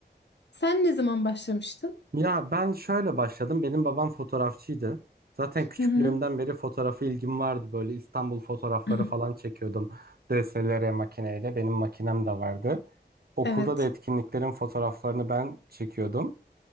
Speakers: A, on the left; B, on the right.
A: Sen ne zaman başlamıştın?
B: Ya ben şöyle başladım. Benim babam fotoğrafçıydı. Zaten küçüklüğümden
A: Hı hı.
B: beri fotoğrafa ilgim vardı. Böyle İstanbul fotoğrafları
A: <clears throat>
B: falan çekiyordum. DSLR makineyle. Benim makinem de vardı. Okulda
A: Evet.
B: da etkinliklerin fotoğraflarını ben çekiyordum.